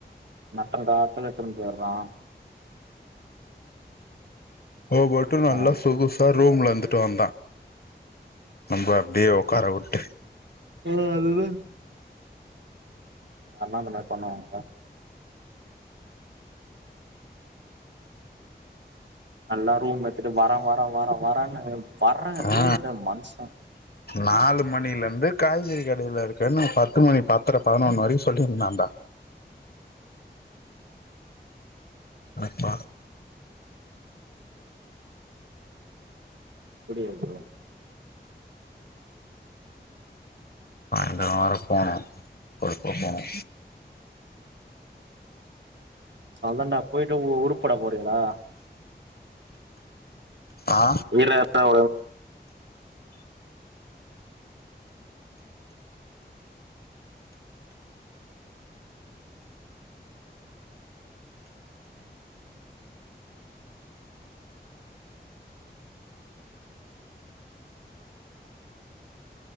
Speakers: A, on the right; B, on the left.
A: நட்ட நடு காட்ல எடுத்துன்னு போயிட்றா
B: அவ மட்டு நல்லா
A: ஆ
B: சொகு சா ரூம்ல இருந்துட்டு வந்தா நம்பள அப்டியே உக்கார வட்டு
A: ஆ அதுதா யார்னா அந்தமாரி பண்ணுவாங்களா நல்லா ரூம் எடுத்துட்டு வர வர வர வரன்னு வரவே
B: ஆ
A: இல்ல மனுச
B: நாலு மணிலேர்ந்து காய்கறி கடைல இருக்கன்னு பத்து மணி பத்தர பதுனொன்னு வரைக் சொல்லிர்ந்தான்டா அனக்பா
A: முடியாது
B: அங்க வேற போணு ஒரு இப்ப போணு
A: அத்தான்டா பொயிட்டு உ உருப்புட போறியாடா
B: ஆ
A: இல தாப்